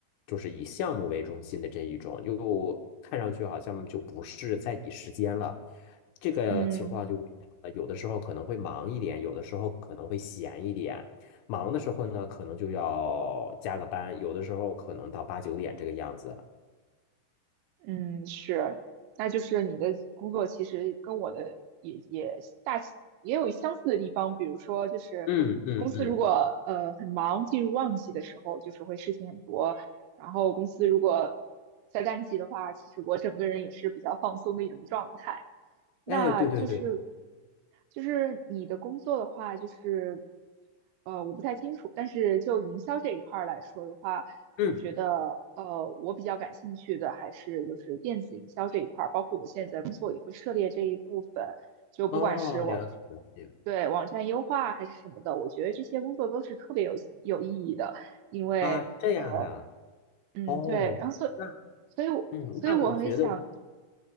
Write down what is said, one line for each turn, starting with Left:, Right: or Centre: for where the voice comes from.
Left: 就是以项目为中心的这一种，又看上去好像就不是在以时间了。这个情况就变成了有的时候可能会忙一点，
Right: 嗯。
Left: 有的时候可能会闲一点。忙的时候呢，可能就要加个班，有的时候可能到八九点这个样子。
Right: 嗯，是，那就是你的工作其实跟我的也也大也有相似的地方，比如说就是公司如果呃很忙，
Left: 嗯嗯嗯，
Right: 进入旺季的时候，就是会事情很多，然后公司如果在淡季的话，其实我整个人也是比较放松的一种状态。那就是
Left: 哎，对对对，
Right: 就是你的工作的话，就是呃我不太清楚，但是就营销这一块儿来说的话。
Left: 嗯，
Right: 我觉得，呃，我比较感兴趣的还是就是电子营销这一块儿，包括我现在工作也会涉猎这一部分，就不管是网，
Left: 哦，了解了解
Right: 对，网站优化还是什么的，我觉得这些工作都是特别有有意义的，因为，
Left: 啊，这样啊，
Right: 呃，嗯，
Left: 哦。
Right: 对，然后所以，
Left: 那
Right: 所以我，
Left: 嗯，
Right: 所以我会想，
Left: 那我觉得，